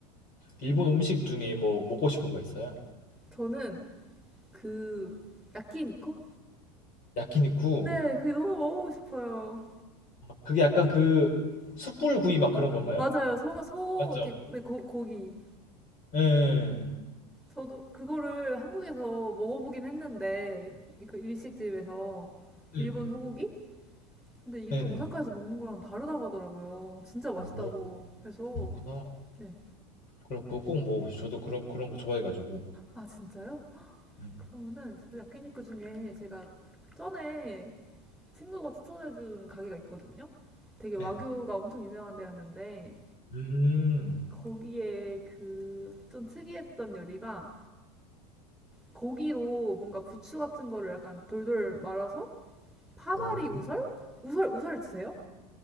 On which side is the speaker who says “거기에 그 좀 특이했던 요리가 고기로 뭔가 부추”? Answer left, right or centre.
Centre